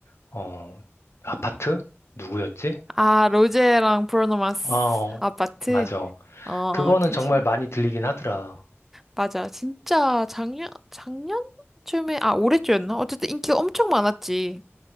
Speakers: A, on the left; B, in the centre.
A: 어, 아파트? 누구였지?
B: 아, 로제랑 브루노 마스
A: 아, 어,
B: 아파트?
A: 맞아.
B: 어, 어,
A: 그거는
B: 그치.
A: 정말 많이 들리긴 하더라.
B: 맞아. 진짜 작년, 작년쯤에, 아, 올해쯤이었나? 어쨌든 인기가 엄청 많았지.